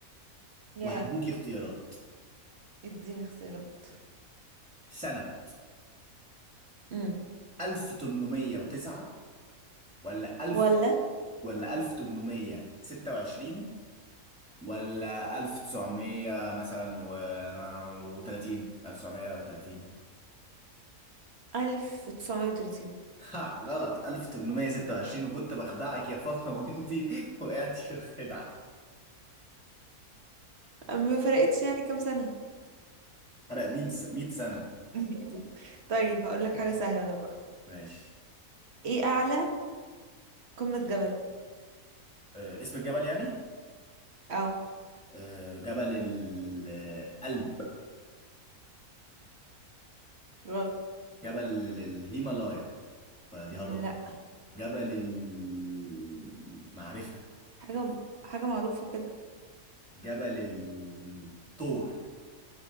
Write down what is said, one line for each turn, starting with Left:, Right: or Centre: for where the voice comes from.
Right: يا
Centre: وهديكي اختيارات
Right: اديني اختيارات
Centre: سنة
Right: امم
Centre: 1809 ولا 1000
Right: ولا
Centre: ولا 1826 ولا 1900 مثلا و 30 1930
Right: 1930
Centre: ها غلط 1826 وكنت بخدعك يا فاطمة وانتي <laughs> وقعتي في الخدع
Right: ما فرقتش يعني كام سنة
Centre: فرق 100 سنة
Right: <laughs> طيب هقول لك حاجة سهلة انا بقى
Centre: ماشي
Right: ايه اعلى قمة جبل
Centre: آه، اسم الجبل يعني
Right: او
Centre: آه، جبل القلب
Right: غلط
Centre: جبل الهيمالايا فدي هضبة
Right: لا
Centre: جبل المعرفة
Right: حاجة حاجة معروفة كده
Centre: جبل الطور